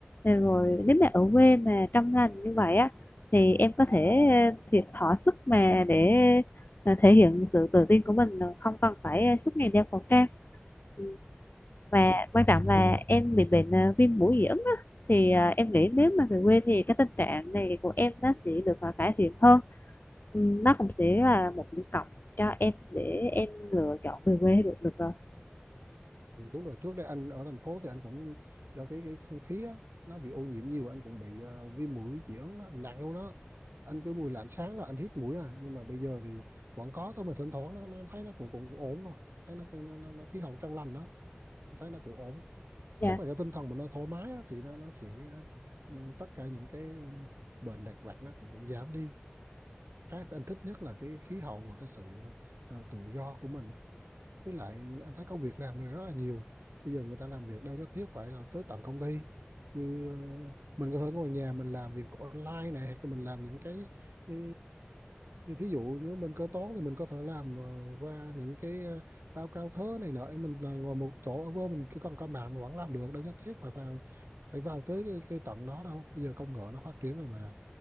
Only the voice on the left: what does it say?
Ờ, rồi nếu mà ở quê mà trong lành như vậy á thì em có thể ờ, thiệt thỏa sức mà để ờ, thể hiện sự tự tin của mình ờ, không cần phải ờ, suốt ngày đeo khẩu trang Ừ, và
quan trọng
là
em bị bệnh ờ, viêm mũi dị ứng á, thì ờ, em nghĩ nếu mà về quê thì cái tình trạng này của em nó sẽ được ờ, cải thiện hơn Ừm, nó cũng sẽ là một điểm cộng cho em để em lựa chọn về quê được được rồi
dạ